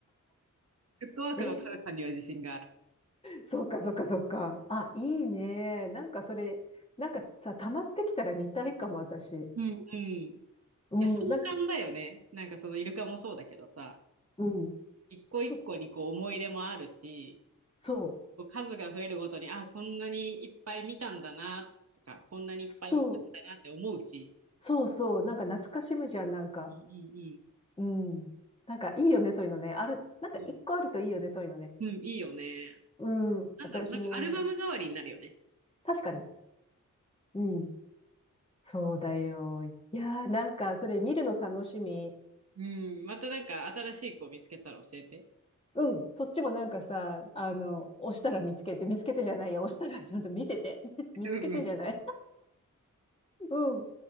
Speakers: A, on the right; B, on the left.
A: フットワークの軽さには自信がある。
B: ええそうか、そうか、そうか。あ、いいね。なんかそれ、なんかさ、溜まってきたら見たいかも、私。
A: うんうん。い
B: うん、
A: や、壮観だよね。
B: な、
A: なんかそのイルカもそうだけどさ、
B: うん。
A: 一個一個にこう思い入れもあるし、
B: そ、そう、
A: こう数が増えるごとに、あ、こんなにいっぱい見たんだなとか、こんなにいっぱい行ったんだなって思うし、
B: そう、そうそう、なんか懐かしむじゃん、なんか。
A: うんうんうん。
B: うん。なんかいいよね、そういうのね。ある、なんか一個あるといいよね、
A: うん、
B: そういうのね。
A: うんいいよね。
B: うん、
A: なんだろう、
B: 私も思う。
A: なんかアルバム代わりになるよね。
B: 確かに。うん。そうだよ。いやー、なんか、それ見るの楽しみ。
A: うん、またなんか新しい子見つけたら教えて。
B: うん、そっちもなんかさ、あの、押したら見つけて、見つけてじゃないや、押したらちゃんと見せて。<laughs> 見つけてじゃない。
A: うんうん
B: うん